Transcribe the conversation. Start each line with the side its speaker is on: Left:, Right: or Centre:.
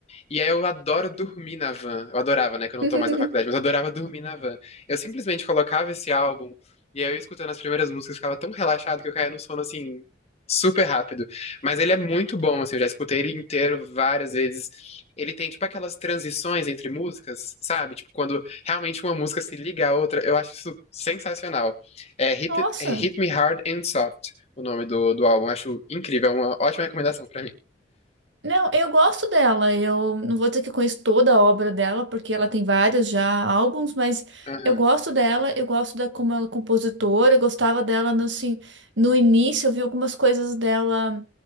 Left: E aí eu adoro dormir na van. Eu adorava, né? Que eu não
Right: <laughs>
Left: tô mais na faculdade, mas eu adorava dormir na van. Eu simplesmente colocava esse álbum e aí eu escutando as primeiras músicas ficava tão relaxado que eu caía no sono assim super rápido. Mas ele é muito bom, assim, eu já escutei ele inteiro várias vezes. Ele tem tipo aquelas transições entre músicas, sabe? Tipo quando realmente uma música se liga à outra, eu acho isso sensacional. É Hit,
Right: Nossa.
Left: é Hit Me Hard and Soft, o nome do, do álbum, acho incrível, é uma ótima recomendação pra mim.
Right: Não, eu gosto dela. Eu não vou dizer que eu conheço toda a obra dela, porque ela tem vários já álbuns, mas
Left: Aham.
Right: eu gosto dela, eu gosto da como ela é compositora, eu gostava dela no, assim, no início, eu vi algumas coisas dela,